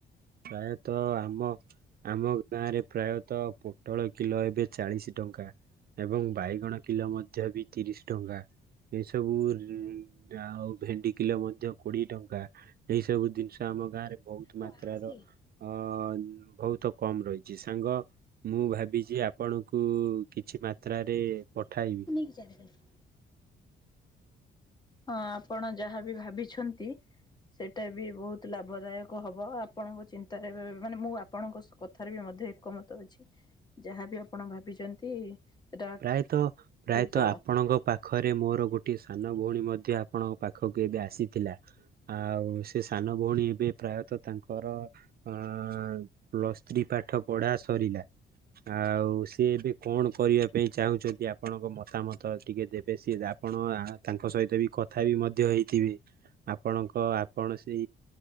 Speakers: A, on the right; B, on the left.
A: ପ୍ରାୟତଃ ଆମ ଆମ ଗାଁରେ ପ୍ରାୟତଃ ପୋଟଳ କିଲୋ ଏବେ ଚାଳିଶ ଟଙ୍କା ଏବଂ ବାଇଗଣ କିଲୋ ମଧ୍ୟ ବି ତିରିଶ ଟଙ୍କା। ଏସବୁ ରୁ ଆଉ ଭେଣ୍ଡି କିଲୋ ମଧ୍ୟ କୋଡିଏ ଟଙ୍କା। ଏଇ ସବୁ ଜିନିଷ ଆମ ଗାଁ ରେ ବହୁତ
B: ତୁ
A: ମାତ୍ରାର
B: ଆସେ।
A: ଅ ଅନ୍ ବହୁତ କମ୍ ରହିଛି ସାଙ୍ଗ ମୁଁ ଭାବିଛି ଆପଣଙ୍କୁ କିଛି ମାତ୍ରାରେ
B: <unintelligible>
A: ପଠାଇବି
B: ହଁ ଆପଣ ଯାହାବି ଭାବିଛନ୍ତି ସେଇଟା ବି ବହୁତ ଲାଭଦାୟକ ହବ ଆପଣଙ୍କ ଚିନ୍ତାରେ ବି ମାନେ ମୁଁ ଆ ଆପଣଙ୍କ ସ କଥାରେ ବି ମଧ୍ୟ ଏକମତ ଅଛି ଯାହାବି ଆପଣ ଭାବିଛନ୍ତି ସେଟା
A: ପ୍ରାୟତଃ ପ୍ରାୟତଃ
B: ଠିକ ହବ।
A: ଆପଣଙ୍କ ପାଖ ଖରେ ମୋର ଗୋଟିଏ ସାନ ଭଉଣୀ ମଧ୍ୟ ଆପଣଙ୍କ ପାଖକୁ ଏବେ ଆସିଥିଲା। ଆଉ ସେ ସାନ ଭଉଣୀ ଏବେ ପ୍ରାୟତଃ ତାଙ୍କର ଅଁ ପ୍ଲସ୍ ଥ୍ରୀ ପାଠ ପଢା ସରିଲା। ଆଉ ସିଏ ଏବେ କଣ କରିବା ପାଇଁ ଚାହୁଁଛନ୍ତି ଆପଣଙ୍କ ମତାମତ ଟିକେ ଦେ ବେ ସିଏ ଆପଣ ତାଙ୍କ ସହିତ ବି କଥା ବି ମଧ୍ୟ ହେଇଥିବେ। ଆପଣଙ୍କ ଆପଣ ସେଇ